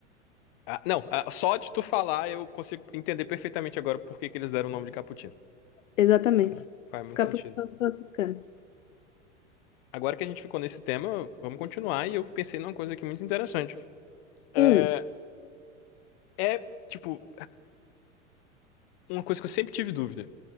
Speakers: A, on the left (about 50°); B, on the left (about 75°).
A: Ah, não, ah, só de tu falar eu consigo entender perfeitamente agora por que que eles deram o nome de Cappuccino.
B: Exatamente.
A: Faz muito
B: Os capuchos
A: sentido.
B: são os franciscanos.
A: Agora que a gente ficou nesse tema, vamos continuar. E eu pensei numa coisa aqui muito interessante. É,
B: Hum,
A: é, tipo, uma coisa que eu sempre tive dúvida.